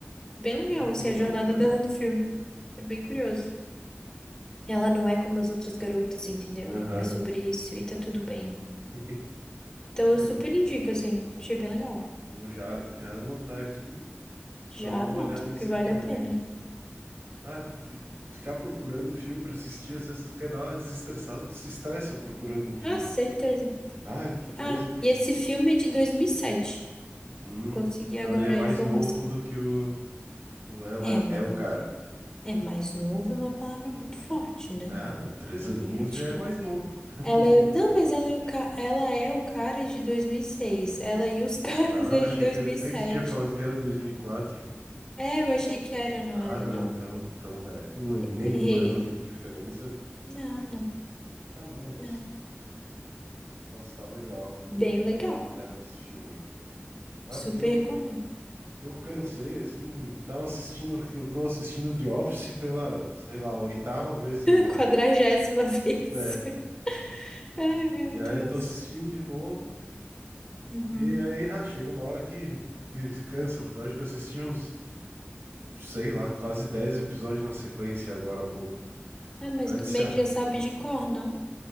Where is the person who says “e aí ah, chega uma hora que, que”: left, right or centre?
Right